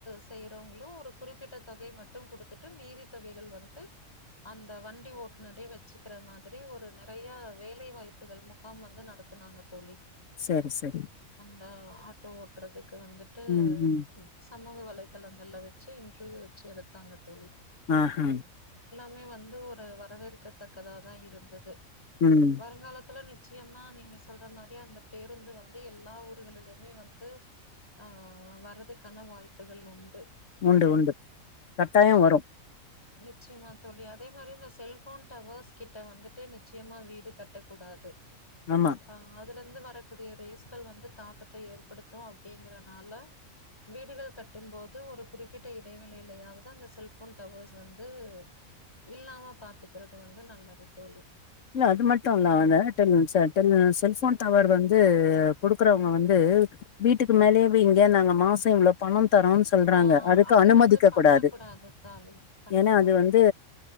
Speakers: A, on the left; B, on the left.
A: செய்றவங்களு ஒரு குறிப்பிட்ட தொகை மட்டு குடுத்துட்டு மீதி தொகைகள் வந்து அந்த வண்டி ஓட்டுநரே வச்சுக்கிற மாதிரி ஒரு நெறயா வேலை வாய்ப்புகள் முகாம் வந்து நடத்த நடத்துனாங்க தோழி
B: சரி சரி
A: ஆ ஆட்டோ ஓட்றது க்கு வந்துட்டு
B: ம் ம்
A: சமூக வல வலைத்தளங்கள்ல வச்சு இன்ருவியூ வச்சு எடுப்பாங்க தோழி
B: ஆஹா
A: மே வந்து ஒரு வரவேற்கத்தக்கதா தா இருந்தது
B: ம்
A: வருங்காலத்துல நிதி நிச்சியம்மா நீங்க சொல்ற மாதிரி அந்த பேருந்து வந்து எல்லா ஊர்களிலயுமே வந்து ஆ வர்றதுக்கான வாய்ப்புகள் உண்டு
B: உண்டு உண்டு கட்டாயோ வரு
A: நிச்சியமா தோழி அதே மாரி இந்த செல்போன் டவர்ஸ் கிட்ட வந்துட்டு நிச்சயமா வீடு கட்டக் கூடாது
B: ஆமா
A: ஆ அது ல இருந்து வரக்கூடிய ரேஸ்கள் வந்து தாக்கத்த ஏற்படுத்து அப்டிங்கறனால வீடுகள் கட்டும் போது ஒரு குறிப்பிட்ட இடைவேளிலையாவது அந்த செல்போன் டவர்ஸ் வந்து இல்லாம பாத்துக்குறது வந்து நல்லது தோழி
B: இல்ல அது மட்டு இல்ல அந்த செல்போன் டவர் வந்து குடுக்குறவங்க வந்து வீட்டுக்கு மேலேயவெ இங்க நாங்க மாஸ் சார் இவ்ளோ பணம் தரோ சொல்றாங்க
A: ஆ
B: அதுக்கு
A: அது
B: அனுமதிக்கக்
A: வந்து பண்ணக்கூடாது
B: கூடாது
A: தாலி கண்டிப்பா
B: ஏன்னா அது வந்து